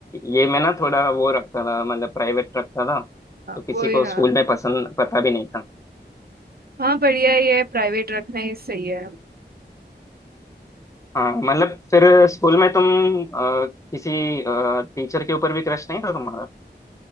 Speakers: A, on the left (about 15°); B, on the right (about 60°).
A: ये मैं ना थोड़ा वो रखता था मतलब प्राइवेट रखता था
B: हाँ
A: तो किसी
B: वो ही
A: को
B: हाँ
A: स्कूल में पसंद पता भी नहीं था
B: हाँ बढ़िया ही है प्राइवेट रखना ही सही है
A: हाँ मतलब फिर स्कूल में तुम अ, किसी टीचर के ऊपर भी क्रश नहीं था तुम्हारा